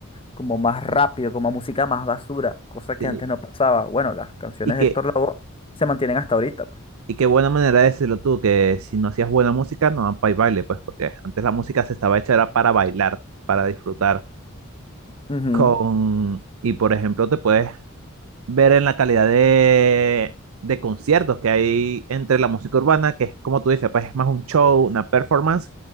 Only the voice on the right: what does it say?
Sí,
Y que
y qué buena manera de decirlo tú, que si no hacías buena música, no van para el baile, pues, porque antes la música se estaba hecha era para bailar, para disfrutar
con... Y por ejemplo, te puedes ver en la calidad de, de conciertos que hay entre la música urbana, que es como tú dices, pues es más un show, una performance.